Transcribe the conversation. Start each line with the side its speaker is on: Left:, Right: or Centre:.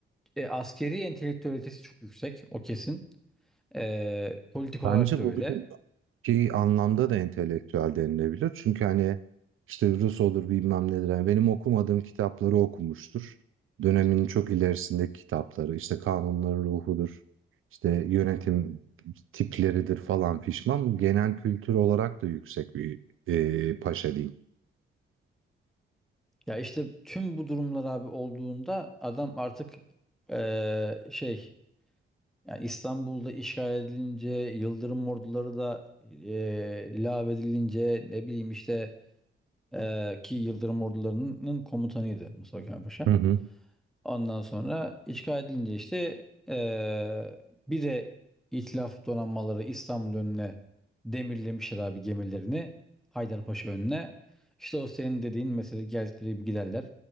Centre: e, askeri entelektüelitesi çok yüksek. O kesin. E, politik
Right: Bence
Centre: olarak da öyle.
Right: bugün Ki anlamda da entelektüel denilebilir. Çünkü, hani, işte, Rus olur, bilmem nedir, hani, benim okumadığım kitapları okumuştur. dönemin çok ilerisindeki kitapları, işte, Kanunların Ruhu'dur, işte, yönetim tipleridir falan fişman. Genel kültür olarak da yüksek bir, eee, paşa diyeyim.
Centre: Ya işte tüm bu durumlar abi olduğunda adam artık e, şey yani İstanbul'da işgal edilince Yıldırım orduları da e, lav edilince ne bileyim işte e, ki Yıldırım ordularının komutanıydı Mustafa Kemal Paşa.
Right: Hı hı.
Centre: Ondan sonra işgal edilince işte eee, bir de İtilaf donanmaları İstanbul önüne demirlemişler abi gemilerini. Haydarpaşa önüne. İşte o senin dediğin mesela geldikleri gibi giderler.